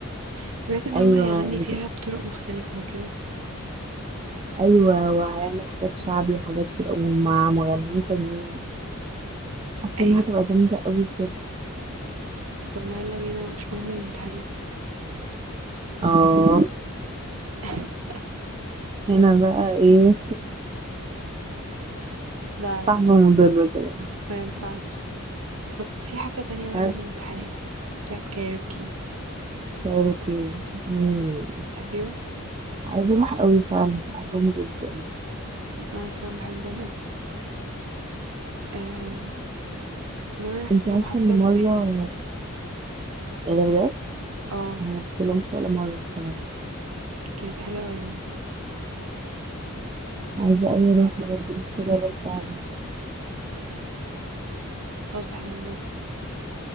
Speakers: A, on the right; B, on the right.
A: سمعت ان
B: أيوة
A: هو هيغني
B: بت-
A: فيها بطرق مختلفة وكده
B: أيوة وهيعمل حاجات شعبي وحاجات كده ومع مغنيين تانيين حاسة
A: ايوه
B: إنها هتبقى جامدة أوي بجد
A: طب ما يلا بينا ومش مهم الامتحانات
B: اه
A: <laughs>
B: هنا بقى ايه
A: لا لا
B: صعبة
A: لا
B: ومضرة كده
A: ما ينفعش طب في حفلة تانية
B: مش
A: بعد
B: عارفة
A: الامتحانات بتاعت كايروكي
B: كايروكي مم.
A: تحبيهم؟
B: عايزة اروح قوي فعلا بحبهم جدا
A: أنا كمان بحبهم أوي. آم، مرة رحت
B: انت
A: لهم
B: عارفة
A: حفلة
B: ان
A: زمان
B: مرة يعني بجد
A: اه
B: انا مرحت لهمش ولا مرة بصراحة
A: كانت حلوة أوي
B: عايزة قوي اروح بجد نفسي اجرب فعلا
A: خلاص احنا نروح